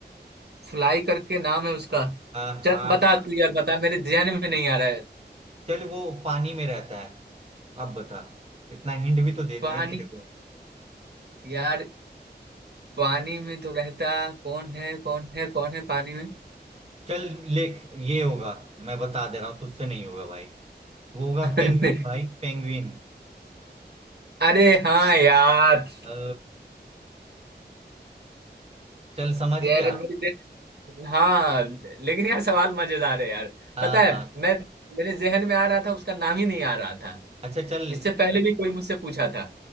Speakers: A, on the right (about 65°); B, on the right (about 35°).
A: फ्लाई करके नाम है उसका
B: आहा
A: चल बता तू यार बता मेरे ध्यान में नहीं आ रहा है
B: चल वो पानी में रहता है अब बता इतना हिंट भी तो दे
A: पानी
B: दिए तेरे को
A: यार पानी में तो रहता कौन है कौन है कौन है पानी में
B: चल लेख ये होगा मैं बता दे रहा हूँ तुझसे नहीं होगा भाई वो होगा
A: <laughs>
B: पेंगुइन भाई पेंगुइन
A: अरे हाँ यार
B: अ, चल समझ
A: यार
B: गया
A: मेरे हाँ लेकिन यार सवाल मजेदार है यार
B: हाँ
A: पता है
B: हाँ
A: मैं मेरे जहन में आ रहा था उसका नाम ही नहीं आ रहा था
B: अच्छा चल
A: इससे पहले
B: ए-
A: भी कोई मुझसे पूछा था